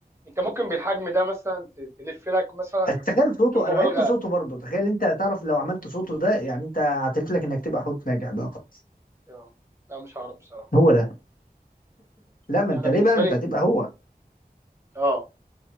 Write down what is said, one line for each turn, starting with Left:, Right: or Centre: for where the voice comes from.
Right: انت ممكن بالحجم ده مثلا ت- تلف لك مثلا
Left: بس تخيل صوته
Right: بدون
Left: انا
Right: مبالغه
Left: بحب صوته برضه تخيل انت تعرف لو عملت صوته ده يعني انت هتعرف لك انك تبقى حوت ناجح بقى خلاص
Right: آه. لا مش هعرف بصراحه
Left: هو ده لا ما
Right: لا
Left: انت
Right: انا
Left: ليه
Right: بالنسبه
Left: بقى انت
Right: لي
Left: هتبقى هو
Right: اه